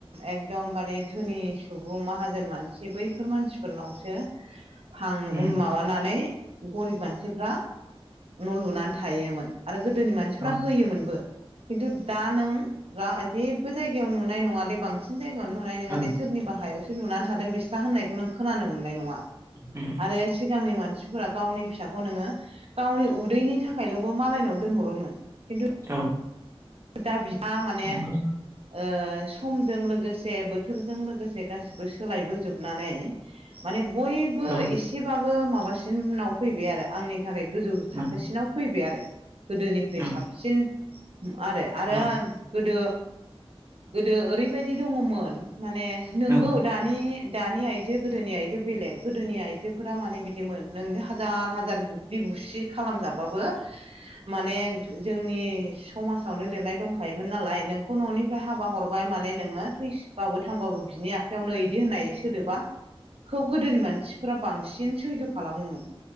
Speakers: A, on the right; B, on the right.
A: एकदमबारे धोनि सुबुं माहाजोन मानसि बैफोर मानसिफोरनावसो हां
B: उम
A: माबानानै गरिब मानसिफ्रा न' लुनानै थायोमोन। आरो गोदोनि मानसिफ्रा
B: औ
A: होयोमोनबो खिन्थु दा नों दा जेबो जायगायाव नुनाय नङा दे बांसिन जायगायावनो नुनाय नङा
B: औ
A: दे सोरनिबा हायाव बिसोर लुनानै थादों बिस्रा होननायखौ नों खोनानो मोननाय नङा।
B: उम
A: आरो सिगांनि मानसिफोरा गावनि फिसा खौ नोङो गावनि उदैनि थाखायल'बो मालायनाव दोनहरोमोन। खिन्थु
B: औ।
A: दा बिथाङा माने
B: नंगौ
A: ओ समजों लोगोसे बोथोरजों लोगोसे गासिबो सोलायबोजोबनानै माने बयबो
B: औ
A: एसेबाबो माबासिनाव फैबाय आरो आंनि थाखाय गोजौ
B: उम
A: थाखोसिनाव फैबाय आरो गोदोनिख्रुइ
B: औ
A: साबसिन आरो आरो
B: औ
A: गोदो गोदो ओरैबायदि दङमोन माने नोंगौ
B: औ
A: दानि दानि आइजो गोदोनि आइजो बेलेग गोदोनि आइजोफोरा माने बिदिमोन नों हाजार हाजार बुग्लि बुसि खालामजाबाबो माने जोंनि समाजावनो लिरनाय दंखायोमोन नालाय नोंखौ न'निफ्राय हाबा हरबाय माने नोङो थैबाबो थांबाबो बिनि आखायावनो बिदि होननाय सोदोबा खोब गोदोनि मानसि फोरा बांसिन सैज' खालामोमोन